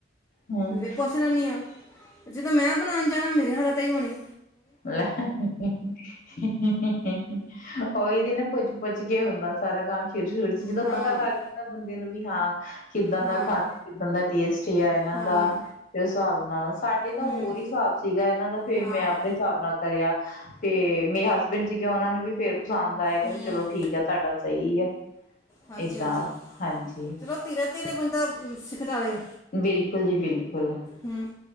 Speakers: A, on the left; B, on the left.
A: ਹਮ
B: ਵੇ ਪੋਛ ਲੈਂਣੀ ਆਂ, ਜਦੋਂ ਮੈਂ ਬਣੋਣ ਜਾਣਾ ਮੇਰੀ ਹਾਲਤ ਥੋਣੀ
A: <unintelligible> ਹੋਈਦੀ ਨਾ ਪੁੱਛ ਪੁੱਛ ਕੇ ਹੁੰਦਾ ਸਾਰਾ ਕੰਮ। ਫਿਰ ਸਿਰ ਚ ਜਦੋਂ
B: ਹਾਂ
A: ਪਤਾ ਲੱਗ ਜਾਂਦੈਂ ਬੰਦਾ ਦੇ ਨਵੀ ਹਾਂ। ਕਿੱਦਾਂ
B: ਹਾਂ
A: ਦਾ ਖਾਂਦੇ, ਕਿੱਦਾਂ ਦਾ ਟੇਸਟ ਆ ਏਨਾਂ
B: ਹਾਂ
A: ਦਾ, ਤੇ ਉਸ ਸਾਬ ਨਵਾ ਸ ਸਾਡੇ ਤਾਂ
B: ਹੂੰ
A: ਹੋਰ ਈ ਸਾਬ ਸੀਗਾ ਏਨਾਂ ਦਾ ਫੇਰ
B: ਹਾਂ
A: ਮੈਂ ਅ ਨਾ ਕਰਿਆ ਤੇ ਮੇਰੇ ਹਸਬੈਂਡ ਸੀਗੇ ਓਨਾ ਨੂੰ ਵੀ ਫੇਰ ਪਸੰਦ ਆਇਆ ਕੈੰਦੇ
B: ਹੂੰ
A: ਚਲੋ ਠੀਕ ਹੈ ਤੁਹਾਡਾ ਸਹੀ ਐ
B: ਹਾਂਜੀ
A: ਏਦਾਂ
B: ਹਾਂਜੀ।
A: ਹਾਂਜੀ।
B: ਚਲੋ ਧੀਰੇ ਧੀਰੇ ਬੰਦਾ ਸਿੱਖਦਾ ਵੇ
A: ਬਿਲਕੁਲ ਜੀ ਬਿਲਕੁਲ,
B: ਹੂੰ